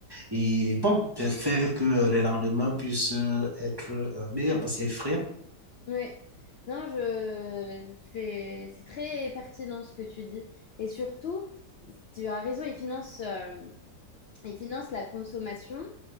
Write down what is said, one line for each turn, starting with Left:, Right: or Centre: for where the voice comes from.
Right: et bon, faire que euh, les lendemains puissent euh, être euh, meilleurs parce que frère,
Left: Oui. Non, je... c'est c'est très pertinent ce que tu dis. Et surtout, tu as raison, ils financent, euh, ils financent la consommation.